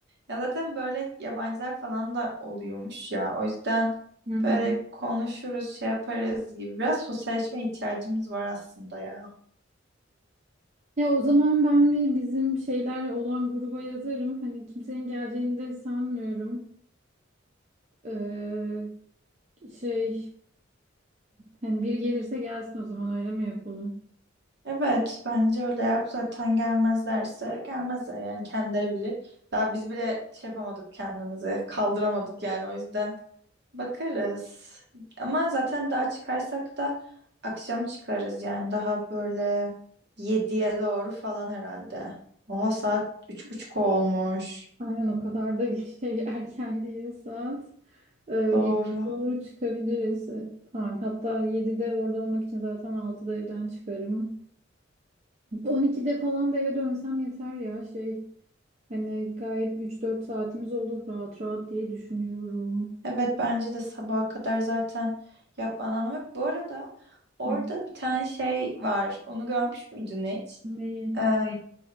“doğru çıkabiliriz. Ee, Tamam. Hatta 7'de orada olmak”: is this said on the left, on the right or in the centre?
Right